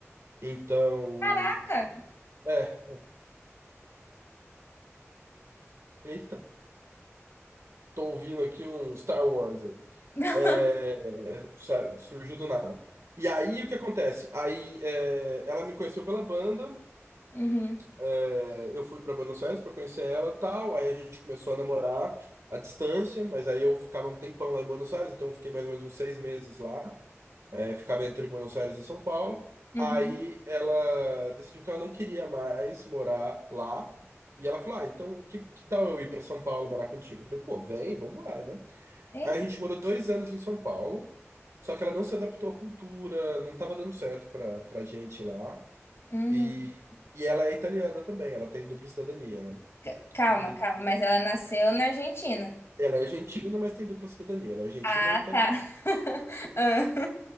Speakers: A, on the right (about 75°); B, on the left (about 60°).
A: Então,
B: Caraca!
A: é, eita, tô ouvindo aqui um Star Wars. aí.
B: <laughs>
A: É, sabe, surgiu do nada. E aí, o que acontece? Aí, é, ela me conheceu pela banda,
B: Uhum.
A: é, eu fui pra Buenos Aires pra conhecer ela, tal. Aí a gente começou a namorar à distância, mas aí eu ficava um tempão lá em Buenos Aires, então eu fiquei mais ou menos uns seis meses lá. É, ficava entre Buenos Aires e São Paulo.
B: Uhum.
A: Aí ela decidiu que ela não queria mais morar lá. E ela falou: Ah, então que, que tal eu ir para São Paulo morar contigo? Eu falei: Pô, vem, vambora, né?
B: Eita.
A: Aí a gente morou dois anos em São Paulo, só que ela não se adaptou à cultura, não tava dando certo pra, pra gente lá.
B: Hum.
A: E, e ela é italiana também, ela tem dupla cidadania, né?
B: C- Calma,
A: E
B: calma. Mas ela nasceu na Argentina.
A: ela é argentina, mas tem dupla cidadania, ela é argentina
B: Ah,
A: e italiana.
B: tá. <laughs> Ah.